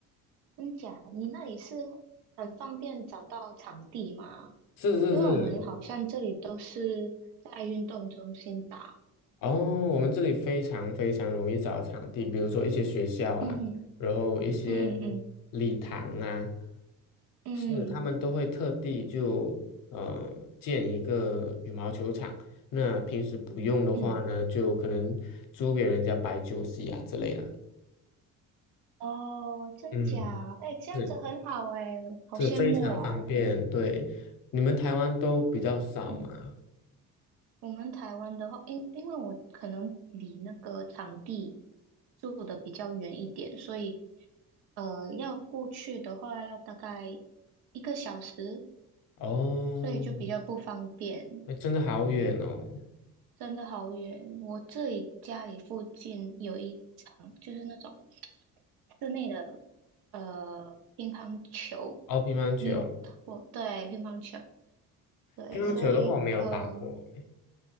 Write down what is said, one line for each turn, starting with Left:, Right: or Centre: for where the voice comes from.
Right: 真假？你那里是很方便找到场地吗？
Left: 是是是，
Right: 因为我们好像这里都是在运动中心打，
Left: 哦，我们这里非常非常容易找到场地，比如说一些学校啊，
Right: 嗯
Left: 然后一些礼堂啊，
Right: 嗯嗯嗯嗯
Left: 是他们都会特地就呃建一个羽毛球场。那平时不用的话呢，
Right: 嗯，
Left: 就可能租给人家摆酒席啊之类的。
Right: 哦，真假？
Left: 嗯，
Right: 哎，这样子很好哎，
Left: 是
Right: 好羡慕哦。
Left: 是非常方便。对，你们台湾都比较少嘛？
Right: 嗯，我们台湾的话，因因为我可能离那个场地住的比较远一点，所以呃，要过去的话要大概一个小时，
Left: 哦，
Right: 所以就比较不方便。
Left: 那真的好远哦。
Right: 真的好远。我这里家里附近有一场，就是那种室内的呃乒乓球，
Left: 哦，乒乓球。
Right: 你有打过？对，乒乓球，对，
Left: 乒乓球的话，
Right: 所以呃，
Left: 我没有打过。